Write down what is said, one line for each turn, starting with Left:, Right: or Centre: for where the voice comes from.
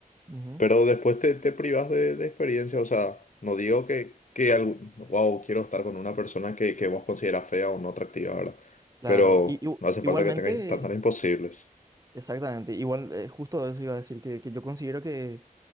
Right: Ujú.
Left: Pero después te, te privas de, de experiencia, o sea, no digo que, que wow, quiero estar con una persona que, que vos consideras fea o no atractiva, ¿verdad?
Right: Claro.
Left: Pero
Right: Y, y-
Left: no hace
Right: igualmente,
Left: falta que tengas estándares imposibles.
Right: exactamente. Igual, eh, justo eso iba a decir, que, que yo considero que